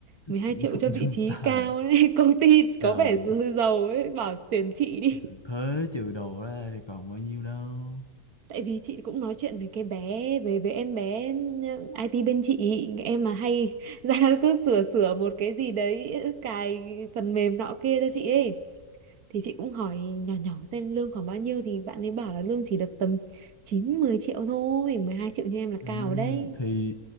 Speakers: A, on the right; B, on the left.
A: mười hai
B: tuyển
A: triệu
B: dụng
A: cho vị
B: nhân
A: trí
B: tài
A: cao đấy <laughs> công ty
B: trời
A: có vẻ dư- giàu ấy bảo tuyển chị đi
B: trừ thuế trừ đồ ra thì còn bao nhiêu đâu
A: tại vì chị cũng nói chuyện với cái bé với với em bé ừ, IT bên chị em mà hay <laughs> ra cứ sửa sửa một cái gì đấy cài phần mềm nọ kia cho chị ấy thì chị cũng hỏi nhỏ nhỏ xem lương khoảng bao nhiêu thì bạn ấy bảo là lương chỉ được tầm 9 10 triệu thôi mười hai triệu như em là
B: Ừm,
A: cao rồi đấy
B: thì